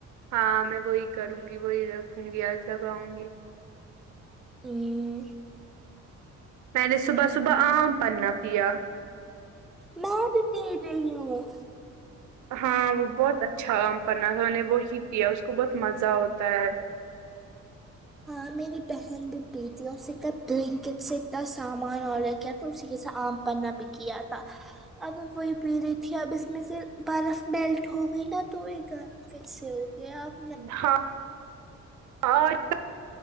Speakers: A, on the right (about 75°); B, in the centre.
A: ہاں میں وہی کروں گی وہی رکھوں گی ایسا گاوں گی
B: ھمم
A: میں نے صبح صبح آم پننا پیا
B: میں بھی پی رہی ہوں
A: ہاں وہ بہت اچھا عام پننا تھا ان نے وہی پیا اس کو بہت مزہ ہوتا ہے
B: ہاں میری بہن بھی پی تھی اسے کا بلینکٹ سے اتنا سامان آڈر کیا تھا اسی کے ساتھ آم پننا بھی کیا تھا اب اب وہی پی رہی تھی اب اس میں سے برف میلٹ ہو گئی نا تو یہ گرم کیسے ہو گئے آپ
A: ہاں اور کیا